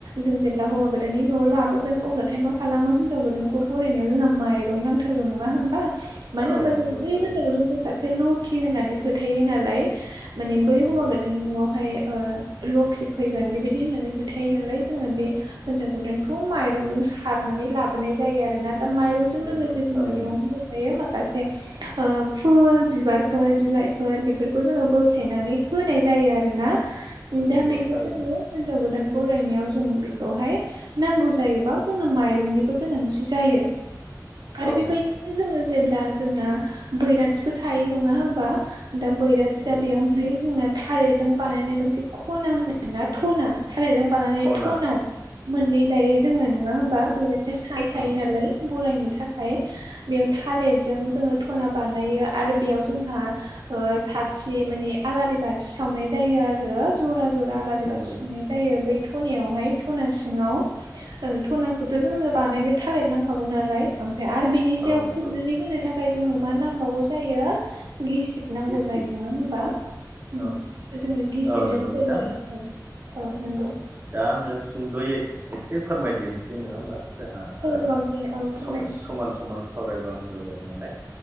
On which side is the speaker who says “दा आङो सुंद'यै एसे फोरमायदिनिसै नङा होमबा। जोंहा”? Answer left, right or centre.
Right